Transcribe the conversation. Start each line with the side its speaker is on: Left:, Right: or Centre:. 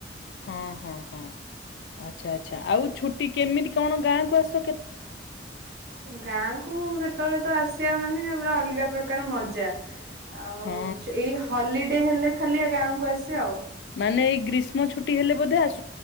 Left: ହଁ ହଁ ହଁ ଆଚ୍ଛା ଆଚ୍ଛା ଆଉ ଛୁଟି କେମିତି କଣ ଗାଁକୁ ଆସୁ
Right: ଗାଁକୁ ମୁଁ ଯେ ତୋବେଳେ ତ ଆସିବା ମାନେ ପୁରା ଅଲଗା ପ୍ରକାର ମଜା। ଆଉଚ୍
Left: ହଁ।
Right: ଏଇ ହଲିଡେ ହେଲେ ଖାଲି ଏ ଗାଁକୁ ଆସେ ଆଉ।
Left: ମାନେ ଏଇ ଗ୍ରୀଷ୍ମ ଛୁଟି ହେଲେ ବୋଧେ ଆସୁ